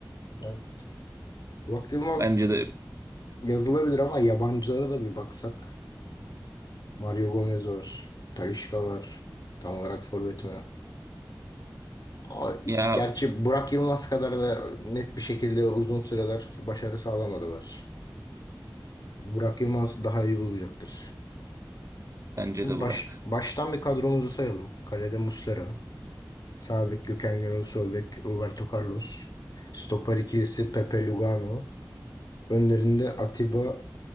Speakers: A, on the left; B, on the right.
A: Yani Burak Yılmaz
B: Bence de
A: yazılabilir ama yabancılara da bir baksak. Mario Gomez var. Talisca var. Tam olarak forvet mi? Ama
B: ya
A: gerçi Burak Yılmaz kadar da net bir şekilde uzun süreler başarı sağlamadılar. Burak Yılmaz daha iyi olacaktır.
B: bence
A: Şimdi
B: de Burak.
A: baş, baştan bir kadromuzu sayalım. Kalede Muslera. Sağ bek Gökhan Gönül, sol bek Roberto Carlos. Stoper ikilisi Pepe Lugano. Önlerinde Atiba